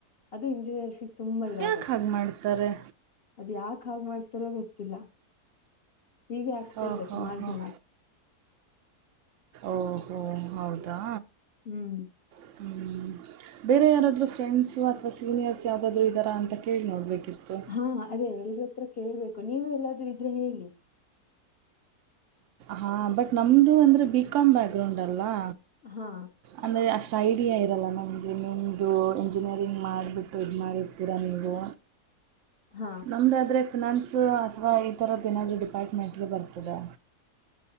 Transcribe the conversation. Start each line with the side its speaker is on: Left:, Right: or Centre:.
Left: ಅದು ಇಂಜಿನಿಯರ್ ತುಂಬಾ ಇದಾಗತ್ತೆ
Right: ಯಾಕೆ ಹಾಗೆ ಮಾಡ್ತಾರೆ
Left: ಅದ ಯಾಕೆ ಹಾಗೆ ಮಾಡ್ತಾರೋ ಗೊತ್ತಿಲ್ಲಾ ಹೀಗೆ ಆಗ್ತಾ
Right: ಹಾಂ
Left: ಇದೆ
Right: ಹಾಂ
Left: ಸುಮಾರು
Right: ಹಾಂ
Left: ಜನ
Right: ಓಹೋ ಹೌದಾ
Left: ಹ್ಮ್
Right: ಹ್ಮ ಬೇರೆ ಯಾರಾದರೂ ಫ್ರೆಂಡ್ಸು ಅಥವಾ ಸೀನಿಯರ್ಸ್ ಯಾವುದಾದ್ರೂ ಇದ್ದಾರಾ ಅಂತ ಕೇಳಿ ನೋಡಬೇಕಿತ್ತು
Left: ಹಾ ಅದೇ ಎಲ್ರ ಹತ್ರ ಕೇಳ್ಬೇಕು ನೀವು ಎಲ್ಲಾದ್ರೂ ಇದ್ರೆ ಹೇಳಿ
Right: ಹಾ ಬಟ್ ನಮ್ದು ಅಂದ್ರೆ ಬಿ ಕಾಮ್ ಬ್ಯಾಕ್ ಗ್ರೌಂಡ್ ಅಲ್ಲ್ವಾ
Left: ಹಾ
Right: ಅಂದರೆ ಅಷ್ಟು ಐಡಿಯಾ ಇರಲ್ಲ ನಮಗೆ ನಿಮ್ಮದು ಇಂಜಿನಿಯರಿಂಗ್ ಮಾಡಿಬಿಟ್ಟು ಇದು ಮಾಡಿರ್ತೀರಾ ನೀವು
Left: ಹಾ
Right: ನಮ್ಮದಾದ್ರರೆ ಫಿನಾನ್ಸು ಅಥವಾ ಈ ಥರದ್ದು ನಾದ್ ಡಿಪಾರ್ಟ್ಮೆಂಟ್ಗೆ ಬರ್ತದೆ